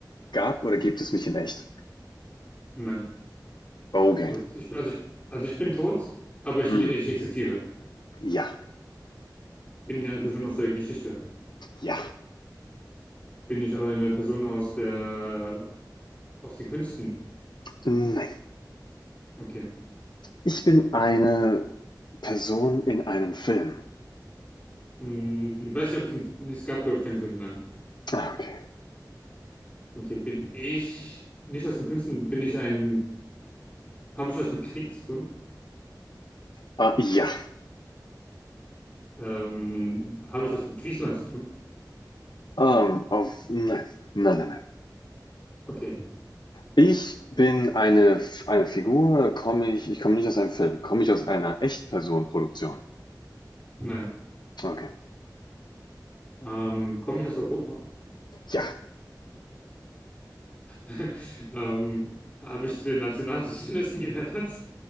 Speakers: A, on the left; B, on the left.
A: Gab oder gibt es mich in echt?
B: Nein,
A: Okay.
B: gut. Ich, bin- also, ich, also ich bin tot, aber ich,
A: Hm,
B: le- ich existiere.
A: ja,
B: Bin ich eine Person aus der Geschichte?
A: ja,
B: Bin ich aber eine Person aus der, aus den Künsten?
A: nein.
B: Okay.
A: Ich bin eine Person in einem Film.
B: Hm, ich weiß nicht, ob es ein, es gab, glaube ich, keinen Film, nein.
A: Ah, okay.
B: Okay, bin ich nicht aus den Künsten? Bin ich ein, habe ich was mit Krieg zu tun?
A: Ah, ja.
B: Ähm, habe ich was mit Griechenland zu tun?
A: Ähm, auf nein. Nein, nein, nein.
B: Okay,
A: Ich bin eine F eine Figur, komme ich ich komme nicht aus einem Film. Komme ich aus einer Echtperson-Produktion?
B: nein.
A: Okay.
B: Ähm, komme ich aus Europa?
A: Ja.
B: <laughs> ähm, habe ich zu den Nationalsozialisten <laughs> gehört?